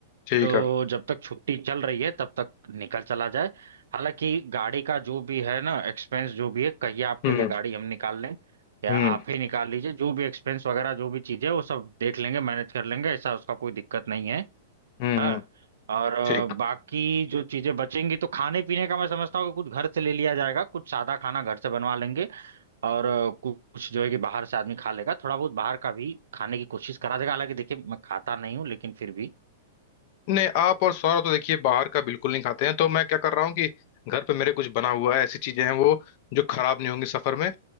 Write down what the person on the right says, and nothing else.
तो
जब तक छुट्टी चल रही है तब तक निकल चला जाए हालांकि गाड़ी का जो भी है ना एक्सपेंस जो भी है कहिए आप
कहिए गाड़ी हम निकाल लें या
आप ही निकाल लीजिए जो भी एक्सपेंस वगैरह जो भी चीज़ है वो सब देख लेंगे मैनेज कर लेंगे ऐसा उसका कोई दिक्कत नहीं है
हाँ
और अ,
बाकी जो चीज़ें बचेंगी तो खाने पीने का मैं समझता हूँ कि कुछ घर से ले लिया जाएगा कुछ सादा खाना घर से बनवा लेंगे और अ, कुछ जो है कि बाहर से आदमी खा लेगा थोड़ा बहुत बाहर का भी खाने की कोशिश करा देगा हालांकि देखिए मैं खाता नहीं हूँ लेकिन फिर भी